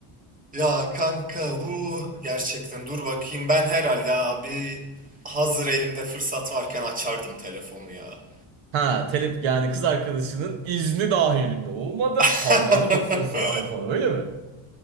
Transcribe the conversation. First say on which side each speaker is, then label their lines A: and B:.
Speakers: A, on the right; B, on the right.
A: Ya kanka bu gerçekten dur bakayım ben herhalde abi hazır elimde fırsat varken açardım telefonu ya.
B: Ha, telep yani kız arkadaşının izni dahilinde olmadan
A: <laughs>
B: parmağını basıyorsun iPhone'a öyle mi?